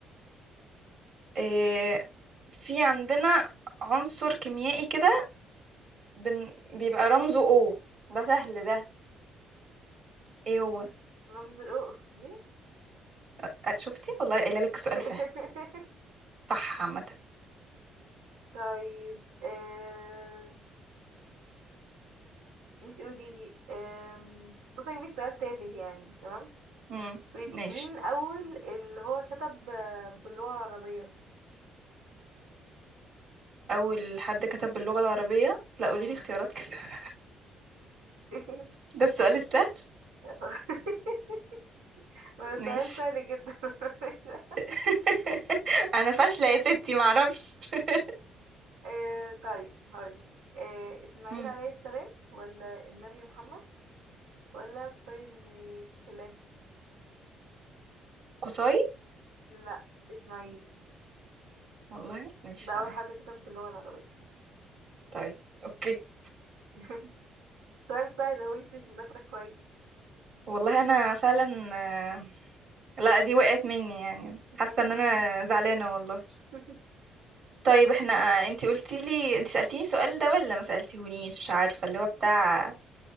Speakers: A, on the right (about 60°); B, on the right (about 90°).
A: أه في عندنا عنصر كيميائي كده بن... بيبقى رمزه O ده سهل ده ايه هو
B: رمز الاو اكسجين
A: أه شفتي والله قايله لك
B: <laughs>
A: سؤال سهل صح عامه
B: طيب أم... انت قولي لي أم... بصي هجيب لك سؤال تافه يعني تمام؟
A: امم
B: قولي
A: ماشي
B: لي مين أول اللي هو كتب آه، باللغة العربية؟
A: أول حد كتب باللغة العربية لا
B: اه
A: قولي لي اختيارات كده <laughs>
B: <laughs>
A: ده السؤال السهل
B: اوكي <laughs> هو
A: ماشي
B: سؤال سهل جدا <laughs>
A: <laughs> أنا فاشلة يا ستي معرفش <laughs>
B: آه طيب هقولك آه إسماعيل
A: مم.
B: عليه السلام ولا النبي محمد ولا قصي بن كلاب
A: قصاي
B: لا إسماعيل
A: والله ماشي
B: ده
A: تمام
B: أول حد كتب باللغة العربية
A: طيب أوكي
B: <laughs> سؤال سهل هو انت مش مذاكرة كويس
A: والله أنا فعلا آه، لا دي وقعت مني يعني
B: <laughs> اوكي
A: حاسة إن أنا زعلانة والله
B: <laughs>
A: طيب احنا آه، انتي قلتي لي انتي سألتيني السؤال ده ولا ما سألتيهونيش مش عارفة اللي هو بتاع